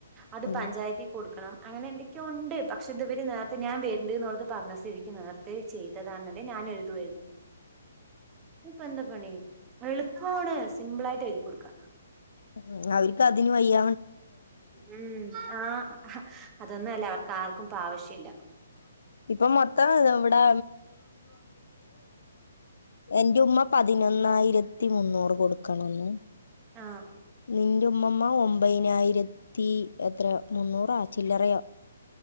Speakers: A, on the right; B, on the left.
A: അത്
B: ഉം
A: പഞ്ചായത്തി കൊടുക്കണം അങ്ങനെ എന്തൊക്കെയ ഉണ്ട് പക്ഷെ അങ്ങനെന്തിക്കോണ്ട് പക്ഷെതുവര് നേർത്തെ ഞാ വേര്ണ്ട്ന്നോളട്ത് പറഞ്ഞ സ്ഥിതിക്ക് നേർത്തെ ചെയ്തതണെ ഞാനെഴുതുവായ്ര്ന്നു ത്പ്പെന്താ പണി എളുപ്പോവാണ് സിംമ്പളായിട്ടെഴ്തി കൊടുക്ക
B: ഉം അവരിക്കതിന് വയ്യ
A: ഉം ആ അതൊന്നുഅല്ല അവർക്കാർക്കുപ്പാവശ്യല്ല
B: ഇപ്പൊ മൊത്തം ഇവിടെ എന്റയുമ്മ പതിനൊന്നായിരത്തി മുന്നൂറ് കൊടുക്കണംന്ന്
A: ആഹ
B: നിന്റെ ഉമ്മുമ്മ ഒമ്പതിനായിരത്തി എത്രയോ മുന്നൂറാ ചില്ലറയോ?